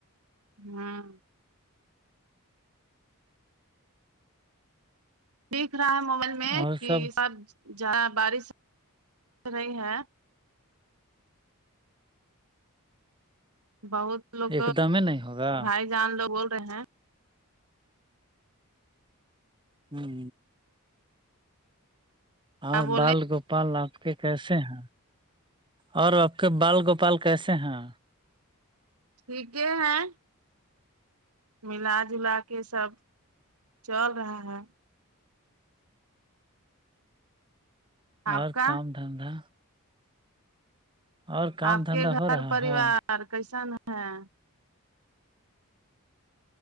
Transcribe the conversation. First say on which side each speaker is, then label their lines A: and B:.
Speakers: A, on the right; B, on the right.
A: ہاں دیکھ رہا ہے موبائل میں
B: اور
A: کہ
B: سب
A: سب بارش رہی ہے بہت لوگ
B: ایک دم ہی نہیں ہوگا
A: بھائی جان لوگ بول رہے ہیں
B: ہوں
A: کیا
B: اور
A: بولے
B: بال گوپال آپ کے کیسے ہیں اور آپ کے بال گوپال کیسے ہیں
A: ٹھیک ہے ملا جلا کے سب چل رہا ہے آپ
B: اور
A: کا
B: کام دھندا اور کام
A: آپ
B: دھندا
A: کے گھر
B: ہو رہا
A: پریوار
B: ہے
A: کیسن ہے